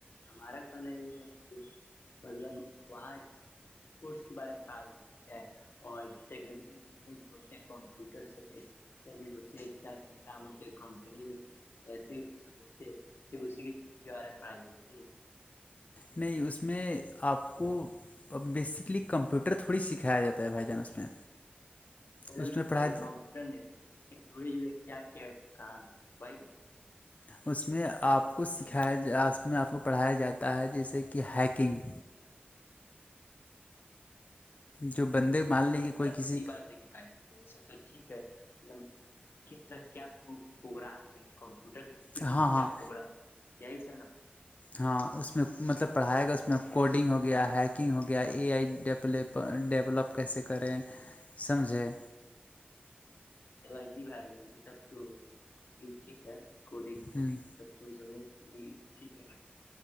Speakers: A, on the left; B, on the left.
A: ہمارا کہنا یہ ہے کہ مطلب وہاں کورس کے بارے میں پھائی ہو اور ٹیکنیکل جتنے بھی ہوتے ہیں کمپیوٹر سے بیسک کبھی ہوتی ہے کیا کیا کام ہوتے کمپنی میں کیسے یہ سب ہوتے س اسی کی چیز کے بارے میں پڑھائی ہوگی نہیں
B: نہیں اس میں آپ کو ا بیسکلی کمپیوٹر تھوڑی سکھایا جاتا ہے بھائی جان اس میں اس
A: مطلب
B: میں پڑھایا
A: کمپیوٹر نہیں اس کے جوڑے جڑے کیا کیا کام ہے بھائی
B: اس میں آپ کو سکھایا جا اس میں آپ کو پڑھایا جاتا ہے جیسے کہ ہیکنگ جو بندے مان
A: نہیں
B: لے کہ کوئی
A: تو
B: کسی
A: یہ بات دیکھی بھائی یہ سب تو ٹھیک ہے مطلب کس طرح کیا پروگرام ہے کمپیوٹر کے جیت
B: ہاں
A: میں
B: ہاں
A: کیا پوگرا یہی سا نا بھائی
B: ہاں اس میں مطلب پڑھائے گا اس میں کوڈنگ ہو گیا ہیکنگ ہو گیا اے آئی ڈیپلپ ڈیولپ کیسے کریں سمجھیں
A: بھائی جی بھائی سب تو یہ ٹھیک ہے کو د
B: ہوں
A: یہ سب تو یہ سب ٹھیک ہے